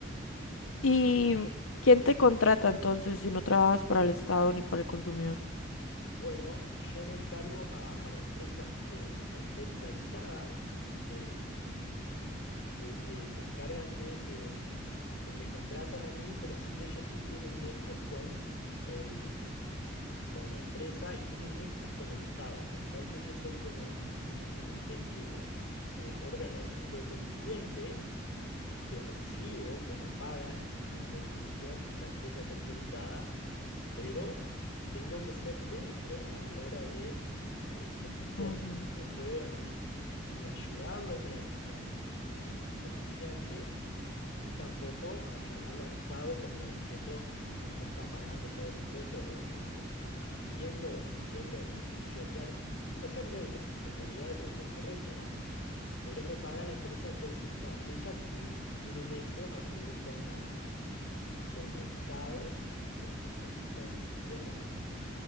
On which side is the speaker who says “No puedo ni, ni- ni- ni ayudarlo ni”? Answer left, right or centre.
Left